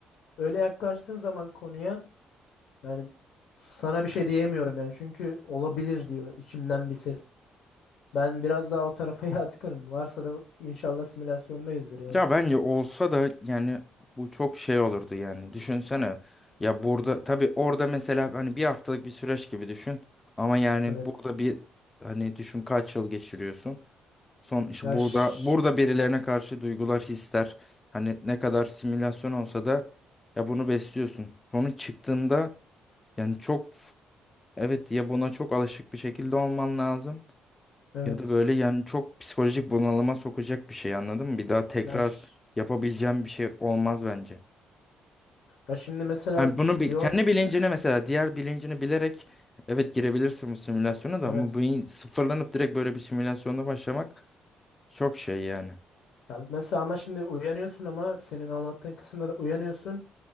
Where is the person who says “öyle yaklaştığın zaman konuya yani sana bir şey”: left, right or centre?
Left